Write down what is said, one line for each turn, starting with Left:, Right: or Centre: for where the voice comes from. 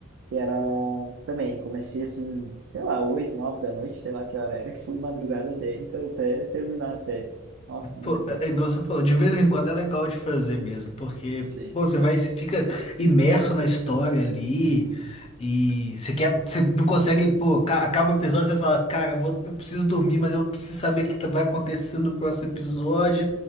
Right: que era também, comecei assim, sei lá, oito, nove da noite, sei lá que hora era, e fui madrugada dentro até terminar a série. assim. Nossa, muito
Left: Pô,
Right: boa.
Left: é é igual você falou, de vez em quando é legal de fazer mesmo, porque
Right: Sim.
Left: pô, você vai, você fica imerso na história ali e você quer, você não consegue, pô, ca- acaba o episódio, você fala, cara, eu vou, eu preciso dormir, mas eu preciso saber o que tá- vai acontecer no próximo episódio